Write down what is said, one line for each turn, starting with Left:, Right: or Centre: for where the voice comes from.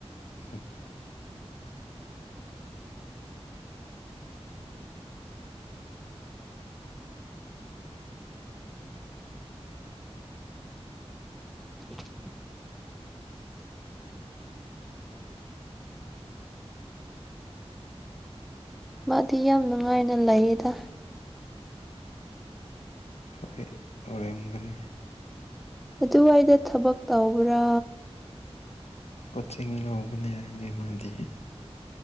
Left: ꯎꯝ
Centre: <inaudible> ꯃꯥꯗꯤ ꯌꯥꯝ ꯅꯨꯡꯉꯥꯏꯅ ꯂꯩꯌꯦꯗ
Left: ꯍꯣꯏ ꯑꯣꯏꯔꯝꯒꯅꯤ
Centre: ꯑꯗꯨꯋꯥꯏꯗ ꯊꯕꯛ ꯇꯧꯕ꯭ꯔꯥ
Left: ꯀꯣꯆꯤꯡ ꯂꯧꯕꯅꯤ ꯍꯥꯏꯅꯤ ꯃꯥꯗꯤ